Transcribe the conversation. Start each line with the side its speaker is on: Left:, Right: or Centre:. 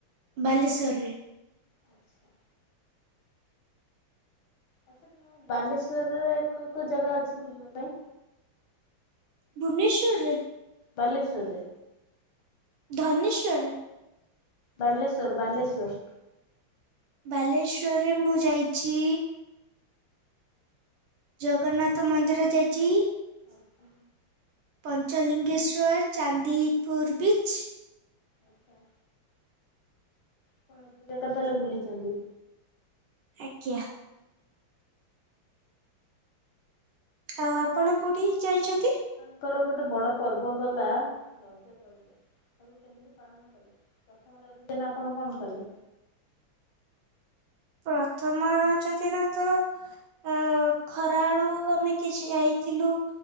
Right: ବାଲେଶ୍ଵରରେ।
Left: ଆଚ୍ଛା। ଆଚ୍ଛା ବାଲେଶ୍ଵରରେ କଉ କଉ ଜାଗା ଅଛି ବୁଲିବା ପାଇଁ?
Right: ଭୁବନେଶ୍ଵରରେ
Left: ବାଲେଶ୍ୱର ରେ
Right: ଧନେଶ୍ୱରରେ
Left: ବାଲେଶ୍ଵର ବାଲେଶ୍ଵର
Right: ବାଲେଶ୍ଵରରେ ମୁଁ ଯାଇଛି ଜଗନ୍ନାଥ ମନ୍ଦିର ଯାଇଛି
Left: ଆଚ୍ଛା
Right: ପଞ୍ଚଲିଙ୍ଗେଶ୍ୱର ଚାନ୍ଦିପୁର ବିଚ୍
Left: ଆଚ୍ଛା। ଆପଣ ଏତେଜାକ ତାହେଲେ ବୁଲିଛନ୍ତି।
Right: ଆଜ୍ଞା। ଆଉ ଆପଣ କଉଠିକି ଯାଇଛନ୍ତି?
Left: ତାଙ୍କର ଗୋଟେ ବଡ ପର୍ବ ଗଲା ରଜ ପର୍ବ। କେମିତି ପାଳନ କଲେ ପ୍ରଥମ ରଜ ଦିନ ଆପଣ କଣ କଲେ?
Right: ପ୍ରଥମ ରଜ ଦିନ ତ ଅ ଖରା ଆଳୁ ଆମେ କିଛି ଯାଇଥିଲୁ।